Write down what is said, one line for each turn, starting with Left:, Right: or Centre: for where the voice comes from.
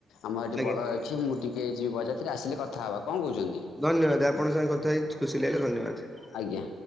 Left: ଆମର ଏଠି
Centre: ଆଜ୍ଞା
Left: ବଡ ଅ ଅଛି ମୁଁ ଟିକେ ଯିବି ବରଯାତ୍ରୀ ଆସିଲେ କଥା ହେବା କଣ କହୁଛନ୍ତି?
Centre: ଧନ୍ୟବାଦ ଆପଣଙ୍କ ସାଙ୍ଗେ କଥା ହେଇ ଖୁସି ଲାଗିଲା ଧନ୍ୟବାଦ।
Left: ଆଜ୍ଞା।